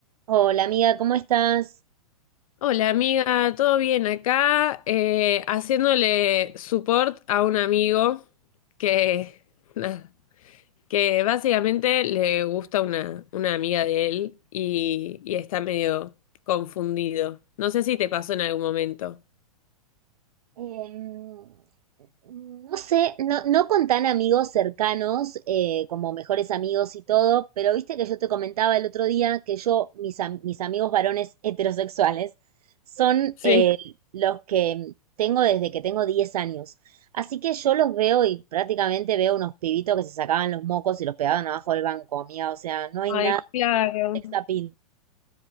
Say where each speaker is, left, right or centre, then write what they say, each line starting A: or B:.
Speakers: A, on the right (about 75°); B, on the left (about 65°).
A: Hola amiga, ¿cómo estás?
B: Hola amiga, ¿todo bien acá? eh, haciéndole support a un amigo que, nada, que básicamente le gusta una, una amiga de él y, y está medio confundido. No sé si te pasó en algún momento.
A: Em, no sé, no, no con tan amigos cercanos eh, como mejores amigos y todo, pero viste que yo te comentaba el otro día que yo, mis, am- mis amigos varones heterosexuales son
B: Sí.
A: eh, los que tengo desde que tengo 10 años. Así que yo los veo y prácticamente veo unos pibitos que se sacaban los mocos y los pegaban abajo del banco, amiga. O sea, no hay
B: Ay,
A: nada
B: claro.
A: de sex appeal.